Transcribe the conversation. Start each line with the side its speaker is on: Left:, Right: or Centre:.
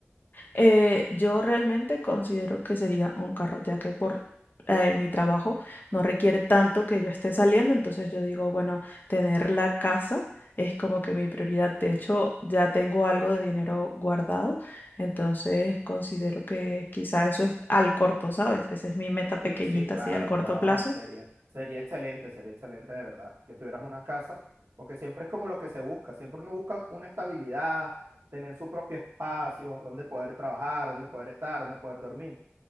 Left: Eh, yo realmente considero que sería un carro, ya que por eh, mi trabajo no requiere tanto que yo esté saliendo, entonces yo digo, bueno, tener la casa es como que mi prioridad. De hecho, ya tengo algo de dinero guardado, entonces considero que quizá eso es al corto, ¿sabes? Esa es mi meta pequeñita,
Right: Sí, sí, claro,
Left: así al corto
Right: no,
Left: plazo.
Right: sería, sería excelente, sería excelente de verdad que tuvieras una casa, porque siempre es como lo que se busca, siempre uno busca una estabilidad, tener su propio espacio, donde poder trabajar, donde poder estar, donde poder dormir.